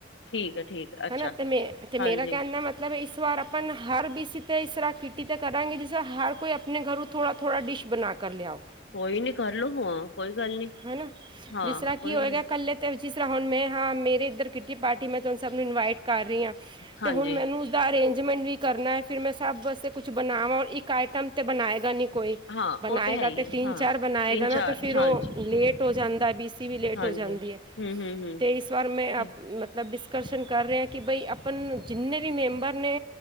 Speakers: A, on the left; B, on the right.
A: ਠੀਕ ਹੈ ਠੀਕ ਹੈ ਅੱਛਾ
B: ਹਨਾ ਤੇ ਮੇ ਤੇ ਮੇਰਾ
A: ਹਾਂਜੀ
B: ਕਹਨ ਦਾ ਮਤਲਬ ਇਸ ਵਾਰ ਅਪਨ ਹਰ ਬੀ ਸੀ ਤੇ ਇਸਰਾ ਕਿੱਟੀ ਤੇ ਕਰਾਂਗੇ ਜਿਸ ਤਰ੍ਹਾਂ ਹਰ ਕੋਈ ਆਪਣੇ ਘਰੋਂ ਥੋੜ੍ਹਾ-ਥੋੜ੍ਹਾ ਡਿਸ਼ ਬਣਾ ਕਰ ਲਿਆਓ।
A: ਕੋਈ ਨੀ ਕਰਲੋ ਹਾਂ ਕੋਈ ਗੱਲ ਨੀ
B: ਹੈ ਨਾ
A: ਹਾਂ।
B: ਜਿਸ ਤਰ੍ਹਾਂ
A: ਕੋਈ
B: ਕੀ ਹੋਏਗਾ
A: ਗੱਲ ਨੀ
B: ਕੱਲੇ ਤਾਂ ਜਿਸ ਤਰ੍ਹਾਂ ਹੁਣ ਮੈਂ ਹਾਂ ਮੇਰੇ ਇੱਧਰ ਕੀਤੀ ਪਾਰਟੀ ਮੈਂ ਤੁਹਾਨੂੰ ਸਭ ਨੂੰ ਇਨਵਾਈਟ ਕਰ ਰਹੀ ਹਾਂ
A: ਹਾਂਜੀ
B: ਤੇ ਹੁਣ ਮੈਨੂੰ ਉਸਦਾ ਅਰੇਂਜ ਮੈਂਟ ਵੀ ਕਰਨਾ ਹੈ ਫਿਰ ਮੈਂ ਸਭ ਆਸੇ ਕੁਛ ਬਣਾਵਾਂ ਇੱਕ ਆਈਟਮ ਤੇ ਬਨਾਏਗਾ ਨੀ। ਕੋਈ
A: ਹਾਂ
B: ਬਣਾਏਗਾ
A: ਉਹ ਹੈ ਹੀ
B: ਤੇ
A: ਹੈ
B: ਤਿੰਨ-ਚਾਰ
A: ਹਾਂ
B: ਬਣਾਏਗਾ
A: ਤਿੰਨ
B: ਨਾ
A: ਚਾਰ
B: ਤਾਂ ਫਿਰ
A: ਹਾਂਜੀ
B: ਉਹ ਲੇਟ ਹੋ ਜਾਂਦ ਬੀ ਸੀ ਵੀ ਲੇਟ
A: ਹਾਂਜੀ
B: ਹੋ ਜਾਂਦੀ ਹੈ
A: ਹਮ ਹਮ ਹਮ
B: ਤੇ ਇਸ ਵਾਰ ਮੈਂ
A: ਅੱਛਾ
B: ਮਤਲਬ ਡਿਸਕ ਕਸ਼ਣ ਕਰ ਰਿਹੇ ਹ ਕਿ ਬਈ ਅਪਨ ਜਿੰਨੇ ਵੀ ਮੈਂਬਰ ਨੇ